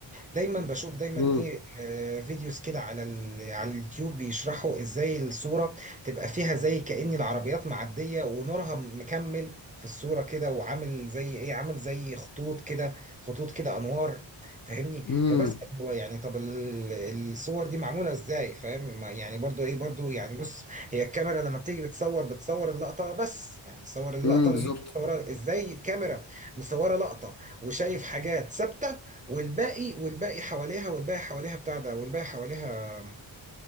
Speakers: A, on the right; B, on the left.
A: دايما بشوف دايما
B: امم
A: ايه آه، فيديوز كده على ال... على اليوتيوب بيشرحوا ازاي الصورة تبقى فيها زي كأن العربيات معدية ونورها مكمل في الصورة كده وعامل زي ايه عامل زي خطوط كده خطوط كده انوار فاهمني
B: امم
A: فبس هو يعني طب ال- الصور دي معمولة ازاي فاهم ما- يعني برضو ايه برضو يعني بص هي الكاميرا لما بتيجي بتصور بتصور اللقطة بس يعني بتصور اللقطة
B: امم
A: اللي
B: بالظبط
A: هي متصورة ازاي كاميرا مصورة لقطة وشايف حاجات ثابتة والباقي والباقي حواليها والباقي حواليها بتاع ده والباقي حواليها